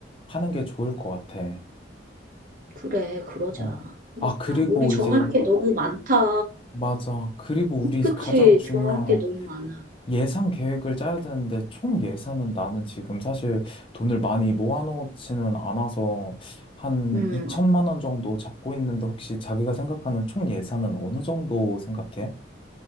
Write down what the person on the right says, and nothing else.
그래, 그러자.
일단
우리 정할
게 그래, 너무 많다.
그치
정할 게 너무 많아.
음,